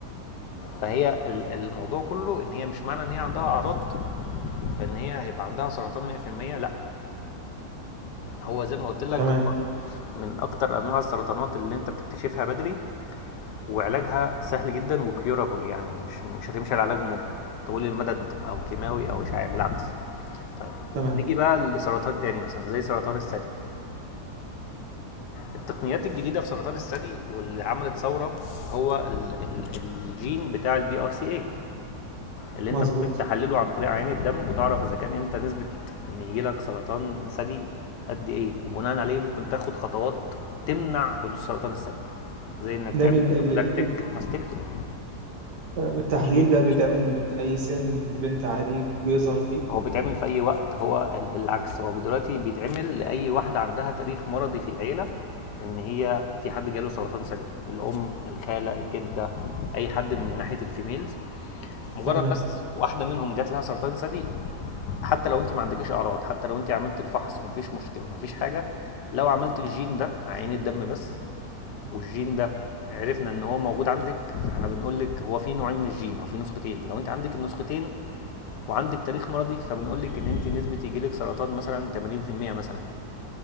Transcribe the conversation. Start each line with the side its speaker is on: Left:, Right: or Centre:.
Left: فهي ال- الموضوع كله ان هي مش معنى ان هي عندها اعراض فان هي هيبقى عندها سرطان 100% لا هو زي ما قلت لك
Right: تمام
Left: هو من اكتر انواع السرطانات اللي انت بتكتشفها بدري وعلاجها سهل جدا وكيورابل يعني مش مش هتمشي على علاج مت- طويل المدد او كيماوي او اشعاعي بالعكس طيب
Right: تمام
Left: نيجي بقى لسرطان تاني مثلا زي سرطان الثدي التقنيات الجديده في سرطان الثدي واللي عملت ثوره هو ال ال الجين بتاع البي ار سي اي اللي
Right: مظبوط
Left: انت ممكن تحلله عن طريق عينة الدم وتعرف اذا كان انت نسبة ان يجيلك سرطان ثدي قد ايه وبناء عليه ممكن تاخد خطوات تمنع حدوث سرطان الثدي زي انك
Right: ده
Left: تعمل
Right: من
Left: بروفلاكتيك
Right: ال- ال-
Left: ماستكتومي
Right: التحليل
Left: تشيل
Right: ده بيتعمل من اي سن البنت عادي بيظهر فيه
Left: هو بيتعمل في اي وقت هو ال- بالعكس هو دلوقتي بيتعمل لاي واحده عندها تاريخ مرضي في العيله ان هي في حد جاله سرطان ثدي الام الخاله الجده اي حد من ناحيه الفيميلز مجرد
Right: تمام
Left: بس واحده منهم جات لها سرطان ثدي حتى لو انت ما عندكيش اعراض حتى لو انت عملت الفحص ومفيش مشكله ومفيش حاجه لو عملت الجين ده عين الدم بس والجين ده عرفنا ان هو موجود عندك فاحنا بنقول لك هو في نوعين من الجين او في نسختين لو انت عندك النسختين وعندك تاريخ مرضي فبنقول لك ان انت نسبه يجي لك سرطان مثلا 80% مثلا